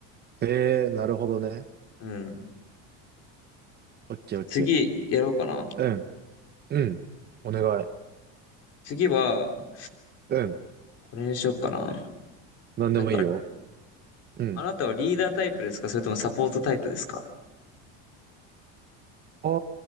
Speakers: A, on the right; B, on the left.
A: へえ、なるほどね。
B: うん。
A: オッケーオッケー。
B: 次、やろうかな。
A: うん。うん。お願い。
B: 次は、
A: うん。
B: これにしようかな。
A: なんでもいいよ。
B: なんか、
A: うん。
B: あなたはリーダータイプですかそれともサポートタイプですか
A: あ